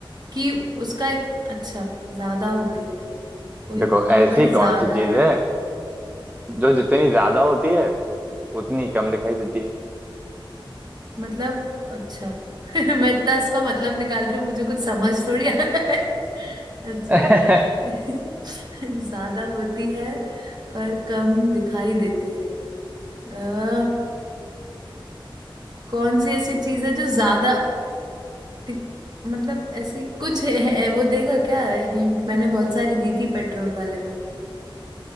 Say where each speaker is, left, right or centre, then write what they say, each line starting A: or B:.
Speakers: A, on the right (about 50°); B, on the right (about 20°).
A: कि उसका एक अच्छा ज्यादा होती है कोई
B: देखो
A: वो
B: ऐसी
A: अगर
B: कौन
A: ज्यादा
B: सी चीज
A: है
B: है जो जितनी ज्यादा होती है उतनी कम दिखाई देती
A: मतलब अच्छा <laughs> मैं इतना इसका मतलब निकाल रही हूँ मुझे कुछ समझ थोड़ी आ रहा है <laughs> अच्छा
B: है
A: <laughs> ज्यादा होती है पर कम दिखाई देती है अ, अ, कौन सी ऐसी चीज है जो ज्यादा ति- मतलब ऐसे कुछ है, है, वो देगा क्या हिंट मैंने बहुत सारी दी थी पेट्रोल वाले में